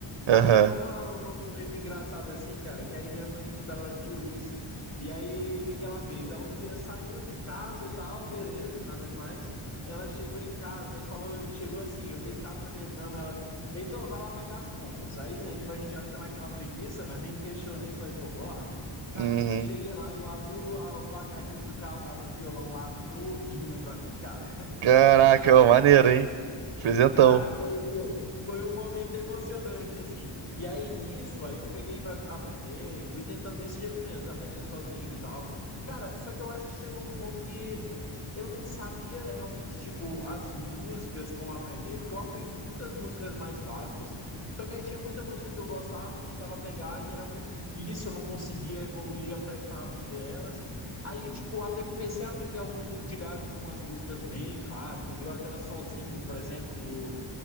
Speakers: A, on the right; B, on the left.
A: aham.
B: Foi até uma, um momento engraçado assim, cara, que aí minha mãe, tipo, ela viu isso. E aí, o que que ela fez? Ela um dia saiu de casa e tal, beleza, nada demais. Ela chegou em casa e falou, chegou assim, eu deitado na minha cama, ela, Heitor, vai lá pegar as compras. Aí, né, tipo, a gente já fica naquela preguiça, mas nem questionei, falei, pô, vou lá. Cara,
A: Uhum.
B: quando eu cheguei lá, eu abri o, a- o bagageiro do carro, tava um violão lá novinho pra mim, cara.
A: Caraca, ô, maneiro, hein? Presentão.
B: Cara, foi, pô, foi um momento emocionante, assim. E aí nisso, aí eu peguei pra aprender e fui tentando desse jeito mesmo, aprender sozinho e tal. Cara, só que eu acho que chegou um ponto que eu não sabia realmente, tipo, as músicas como aprender, porque eu aprendi muitas músicas mais básicas, só que aí tinha muita música que eu gostava, eu tentava pegar e era muito difícil, eu não conseguia evoluir pra pra aprender elas. Aí, tipo, até comecei a aprender alguns dedilhados de umas músicas bem clássicas, igual aquela Sozinho, por exemplo, do